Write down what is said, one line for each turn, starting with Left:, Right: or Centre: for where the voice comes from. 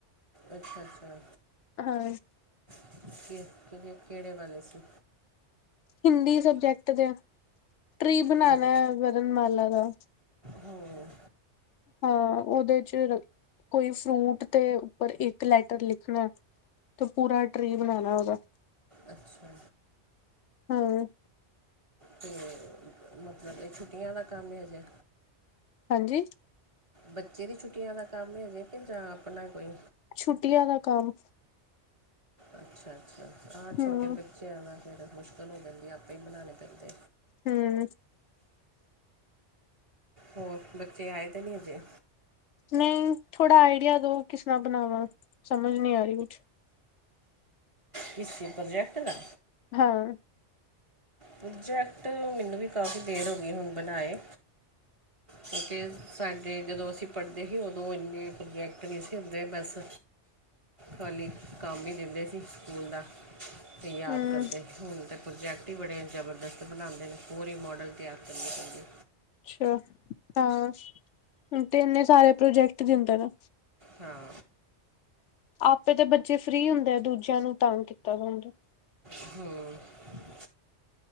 Right: ਅੱਛਾ, ਅੱਛਾ।
Left: ਹਾਂ
Right: ਕੇ, ਕਿਹਦੇ, ਕੇੜੇ ਵਾਲੇ ਸੀ?
Left: ਹਿੰਦੀ ਸਬਜੈਕਟ ਦੇ, ਟਰੀ ਬਣਾਣਾ
Right: ਅ-
Left: ਵ ਵਰਨਮਾਲਾਂ ਦਾ,
Right: ਹਾਂ
Left: ਹਾਂ ਉਹਦੇ 'ਚ ਰ ਕੋਈ ਫਰੂਟ ਤੇ, ਉੱਪਰ ਇੱਕ ਲੈਟਰ ਲਿਖਣਾ। ਤੇ ਪੂਰਾ ਟਰੀ ਬਣਾਣਾ ਉਹਦਾ।
Right: ਅੱਛਾ।
Left: ਹੂੰਮ।
Right: ਤੇ, ਮਤਲਬ ਏ ਛੁੱਟੀਆਂ ਦਾ ਕੰਮ ਏ ਹਜੇ।
Left: ਹਾਂਜੀ।
Right: ਬੱਚੇ ਦੀ ਛੁੱਟੀਆਂ ਦਾ ਕੰਮ ਏ ਹਜੇ ਕੇ, ਜਾਂ ਆਪਣਾ ਕੋਈ?
Left: ਛੁੱਟੀਆਂ ਦਾ ਕੰਮ।
Right: ਅੱਛਾ -ਅੱਛਾ, ਆਹ
Left: ਹੂੰ
Right: ਛੋਟੇ ਬੱਚਿਆ ਦਾ ਫਿਰ, ਮੁਸ਼ਕਿਲ ਹੋ ਜਾਂਦੀ ਏ, ਆਪੇ ਈ ਬਣਾਣੇ ਪੈੰਦੇ
Left: ਹਮ
Right: ਹੋਰ, ਬੱਚੇ ਆਏ ਤੇ ਨੀ ਹਜੇ
Left: ਨਹੀਂ, ਥੋੜ੍ਹਾ ਆਈਡੀਆ ਦੋ, ਕਿਸ ਤਰ੍ਹਾਂ ਬਣਾਵਾਂ, ਸਮਝ ਨੀ ਆ ਰਹੀ ਕੁਛ।
Right: ਕਿਸੀ ਪ੍ਰੋਜੈਕਟ ਦਾ?
Left: ਹਾਂ।
Right: ਪ੍ਰੋਜੈਕਟ, ਮੈਨੂੰ ਵੀ ਕਾਫੀ ਦੇਰ ਹੋ ਗਈ, ਹੁਣ ਬਣਾਏ। ਕਿਉਂਕਿ ਸਾਡੇ ਜਦੋਂ ਅਸੀਂ ਪੜ੍ਹਦੇ ਹੀ, ਓਦੋਂ ਇੰਨੇ ਪ੍ਰੋਬਜੈਕਟ ਨੀ ਸੀ ਹੁੰਦੇ ਬਸ ਖਾਲੀ, ਕੰਮ ਹੀ ਦਿੰਦੇ ਸੀ ਸਕੂਲ ਦਾ, ਤੇ ਯਾਦ
Left: ਹੂੰ
Right: ਕਰਦੇ। ਹੁਣ ਤੇ ਪ੍ਰੋਜੈਕਟ ਈ ਬੜੇ ਜਬਰਦਸਤ ਬਣਾਉਂਦੇ ਨੇ, ਪੂਰੀ ਮੋਡਲ ਤਿਆਰ ਕਰਨੀ ਪੈਂਦੀ ਏ।
Left: ਅੱਛਾ, ਹਾਂ ਹੁਣ ਤੇ ਇੰਨੇ ਸਾਰੇ ਪ੍ਰੋਜੈਕਟ ਦਿੰਦਾ ਨਾ।
Right: ਹਾਂ।
Left: ਆਪੇ ਤੇ ਬੱਚੇ ਫਰੀ ਹੁੰਦੈ ਦੂਜਿਆਂ ਨੂੰ ਤੰਗ ਕੀਤਾ ਵਾ ਹੁੰਦਾ।
Right: ਹਾਂ।